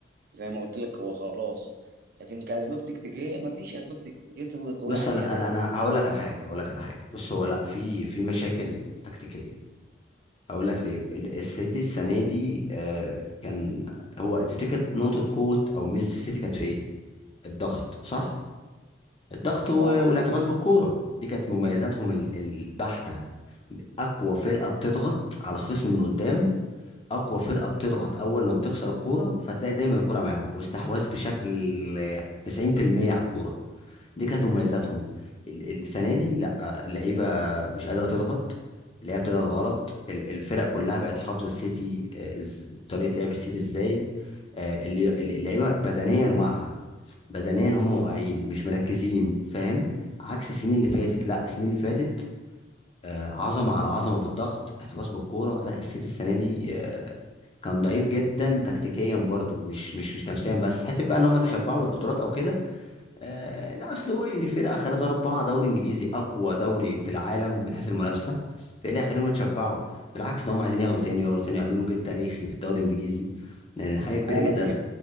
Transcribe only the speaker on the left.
بص
انا انا
انا هقول لك على حاجه هقول لك على حاجه بص هو لا في في مشاكل تكتيكيه اقول لك ليه ال- السيتي السنه دي آه، كان هو تفتكر نقطه قوه او ميزه السيتي كانت في ايه الضغط صح الضغط و-
والاحتفاظ بالكوره دي كانت مميزاتهم ال- البحته اقوى فرقه بتضغط على الخصم من قدام اقوى فرقه بتضغط اول لما بتخسر الكوره فتلاقي دايما الكوره معاهم واستحواذ بشكل 90% على الكوره دي كانت مميزاتهم ال- السنه دي لا اللعيبه مش قادره تضغط اللعيبه بتضغط غلط ال- الفرق كلها بقت حافظه السيتي آه، إز- طريقه لعب السيتي ازاي آه، اللي- اللعيبه بدنيا واقعه بدنيا هم واقعين مش مركزين فاهم عكس السنين اللي فاتت لا السنين اللي فاتت آه، عظمه على عظمه في الضغط احتفاظ بالكوره لا السيتي السنه دي آه، كان ضعيف جدا تكتيكيا برضو مش مش مش نفسيا بس حته بقى ان هم تشبعوا بالبطولات او كده آه، لا اصل هو يعني فرقه اخرتها اربعه دوري انجليزي اقوى دوري في العالم من حيث المنافسه فايه اللي هيخليهم يتشبعوا بالعكس ده هم عايزين ياخدوا تاني وياخدوا تاني يعملوا جيل تاريخي في الدوري الانجليزي يعني حاجه كبيره
جدا